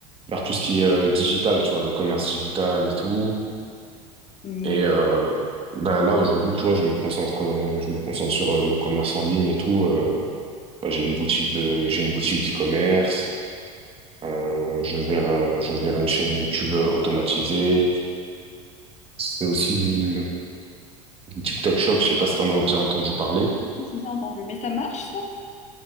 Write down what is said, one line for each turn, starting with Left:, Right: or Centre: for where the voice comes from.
Right: vers tout ce qui est euh, digital, tu vois, le commerce digital et tout.
Left: Mm,
Right: Et euh, bah, là, aujourd'hui, tu vois, je me concentre, euh, je me concentre sur euh, le commerce en ligne et tout. Euh, bah, j'ai une boutique de, j'ai une boutique d'e-commerce. Euh, je gère, euh, je gère une chaîne YouTube euh, automatisée. C'est aussi du, du TikTok Shop. Je sais pas si t'en as déjà entendu parler.
Left: Oui, c'est ça entendu. Mais ça marche, ça?